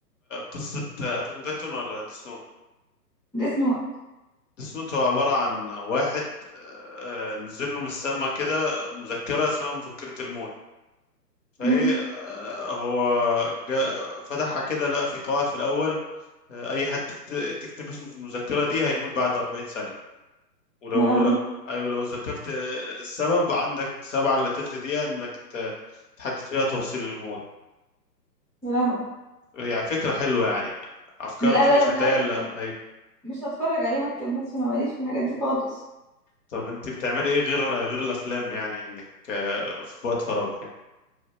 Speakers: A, on the left; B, in the centre.
A: قصه اتاك تايتن ولا ديس نوت
B: ديس نوت
A: ديس نوت هو عباره عن واحد آه، نزل له من السلمه كده مذكره اسمها مفكره الموت فهي
B: امم
A: آه، هو جا فتحها كده لقى في قواعد في الاول آه، اي حد تكت- تكتب اسمه في المذكره دي هيموت بعد 40 ثانيه ولو
B: يا لهوي
A: لو ايوه لو ذكرت آه، السبب عندك سبعة الا تلت دقيقه انك ت- تحدد فيها تفاصيل الموت
B: يا لهوي
A: يعني فكره حلوه يعني افكار
B: لا
A: دي
B: لا
A: مش
B: لا بلاك
A: هتلاقيها الا
B: ما كم... مش هتفرج عليه ما تكملش انا ماليش في الحاجات دي خالص
A: طب انت بتعملي ايه غير غير الافلام يعني انك آه، في وقت فراغك يعني